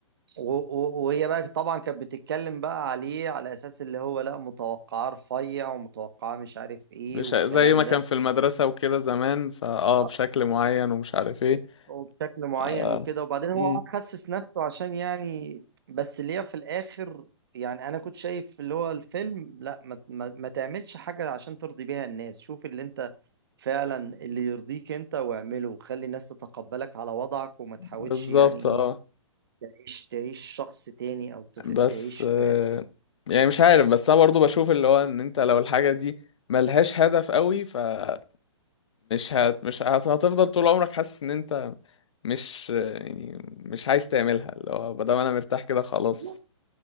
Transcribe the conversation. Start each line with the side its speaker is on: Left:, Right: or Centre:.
Right: و- و- وهي بقى طبعا كانت بتتكلم بقى عليه على أساس اللي هو لا متوقعاه رفيع ومتوقعاه مش عارف إيه
Left: بش...
Right: والكلام
Left: زي ما كان
Right: ده
Left: في المدرسة وكده زمان فاه
Right: آه،
Left: بشكل معين ومش عارف ايه
Right: وبشكل معين
Left: آه.
Right: وكده وبعدين هو
Left: مم.
Right: قعد خسس نفسه عشان يعني بس اللي هي في الآخر يعني أنا كنت شايف اللي هو الفيلم لا ما, ما, ما تعملش حاجة عشان ترضي بيها الناس شوف اللي أنت فعلا اللي يرضيك أنت واعمله وخلي الناس تتقبلك على وضعك وما تحاولش
Left: بالظبط
Right: يعني إيه
Left: اه
Right: تعيش تعيش شخص تاني او تخ...
Left: بس
Right: تعيش في
Left: آه، يعني مش عارف بس انا برضو بشوف اللي هو ان انت لو الحاجة دي ملهاش هدف قوي فمش هت مش هت- هتفضل طول عمرك حاسس ان انت مش يعني مش عايز تعملها اللي هو بدل ما انا مرتاح كده خلاص
Right: بالظبط.